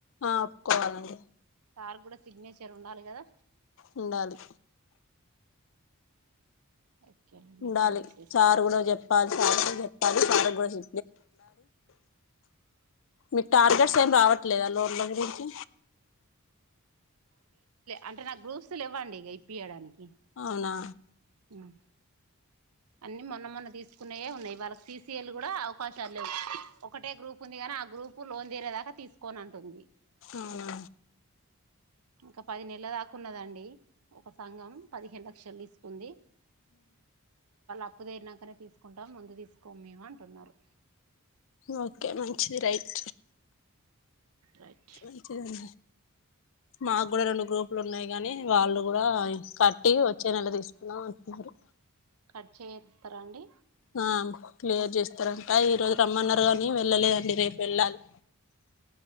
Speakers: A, on the left; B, on the right.
A: ఆ ఒప్పుకోవాలండి
B: సార్ కి కూడా సిగ్నేచర్ ఉండాలి కదా
A: ఉండాలి
B: ఓకే అండి
A: చూడలి
B: అట్లా చేసేస్తా
A: సార్ కూడ చెప్పాలి <unintelligible> తది సారగొజు మీకు టార్గెట్స్ ఏమి రావట్లేదా లోన్ల గురించి
B: అంటే నాకు గ్రూప్స్ లు లేవ్వండి ఇక ఇప్పియడానికి
A: అవునా
B: మ్మ్ అన్ని మొన్న మొన్న తీసుకున్నయే ఉన్నాయి వాళ్ళకి సీసీఎల్ కూడా అవకాశాలు లేవు ఒకటే గ్రూప్ ఉంది కాని ఆ గ్రూప్ లోన్ తీరేదాకా తీసుకోనటుంది
A: అవునా
B: ఇంకా పది నెలల దాకున్నదండి ఒక సంఘం పదిహేను లక్షలు తీసుకుంది అప్పు తిరినాకనే తీసుకుంటాం ముందు తీసుకోం మేము అంటున్నారు
A: ఓకే మంచిది రైట్
B: రైట్
A: వుంచాలి మాకు కూడా రెండు గ్రూపులు ఉన్నాయి కానీ వాళ్ళు కూడా కట్టి వచ్చే నెల తీసుకుందాం అంటున్నారు
B: కట్ చేత్తారా అండి
A: అవును క్లియర్ చేస్తారంట ఈరోజు రమ్మన్నారు కానీ వెళ్ళలేదండి రేపు వెళ్ళాలి